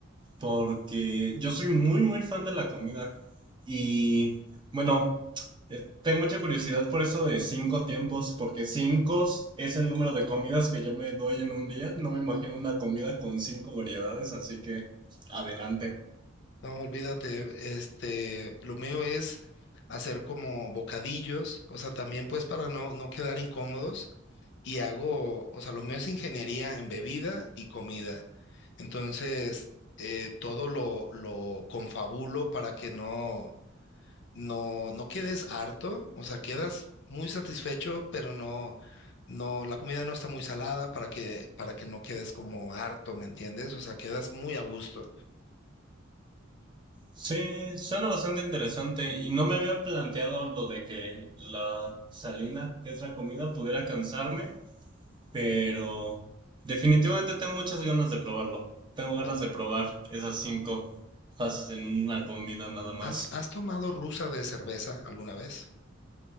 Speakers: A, on the right; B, on the left.
A: porque yo soy muy, muy fan de la comida. Y bueno, eh, tengo mucha curiosidad por eso de cinco tiempos, porque cinco es el número de comidas que yo me doy en un día. No me imagino una comida con cinco variedades, así que adelante.
B: No, olvídate, este, lo mío es hacer como bocadillos, o sea, también pues para no, no quedar incómodos y hago, o sea, lo mío es ingeniería en bebida y comida. Entonces, eh, todo lo, lo confabulo para que no no, no quedes harto, o sea, quedas muy satisfecho, pero no, no, la comida no está muy salada para que, para que no quedes como harto, ¿me entiendes? O sea, quedas muy a gusto.
A: Sí, suena bastante interesante y no me había planteado lo de que la salina, que es la comida, pudiera cansarme, pero definitivamente tengo muchas ganas de probarlo. Tengo ganas
B: Ha-
A: de probar esas cinco fases en una comida nada más.
B: ¿Has, has tomado rusa de cerveza alguna vez?